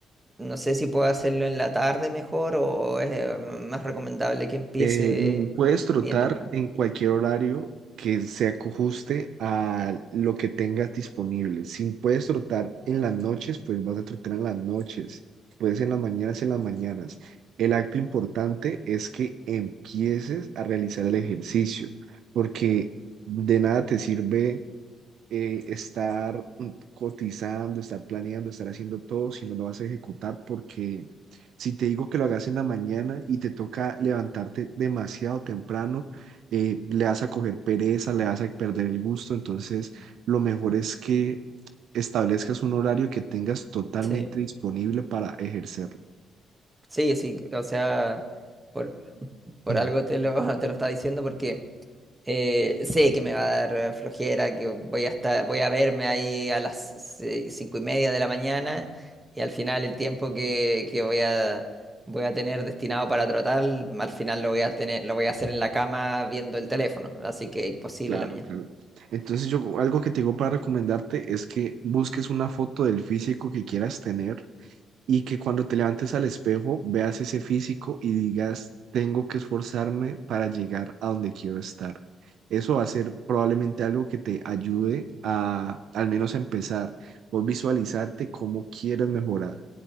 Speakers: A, on the right; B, on the right.
A: no sé si puedo hacerlo en la tarde mejor o es eh, más recomendable que empiece
B: Eh, mm, puedes trotar
A: bien temprano.
B: en cualquier horario que se ajuste a lo que tengas disponible. Si puedes trotar en las noches, pues vas a trotar en las noches. Puedes en las mañanas, en las mañanas. El acto importante es que empieces a realizar el ejercicio, porque de nada te sirve eh, estar mm, cotizando, estar planeando, estar haciendo todo, si no lo vas a ejecutar, porque si te digo que lo hagas en la mañana y te toca levantarte demasiado temprano, eh, le vas a coger pereza, le vas a perder el gusto, entonces lo mejor es que establezcas un horario que tengas totalmente
A: Sí,
B: disponible para ejercerlo. <clears throat>
A: sí, sí. O sea, por, por
B: Mm,
A: algo te lo, <laughs> te lo estaba diciendo porque... Eh, sé que me va a dar eh, flojera, que voy a estar, voy a verme ahí a las ci- cinco y media de la mañana y al final el tiempo que, que voy a, voy a tener destinado para trotar, al final lo voy a tener, lo voy a hacer en la cama viendo el teléfono, así que imposible
B: Claro,
A: en la mañana.
B: claro. Entonces yo algo que te digo para recomendarte es que busques una foto del físico que quieras tener y que cuando te levantes al espejo veas ese físico y digas, tengo que esforzarme para llegar a donde quiero estar. Eso va a ser probablemente algo que te ayude a al menos a empezar, vos visualizarte cómo quieres mejorar.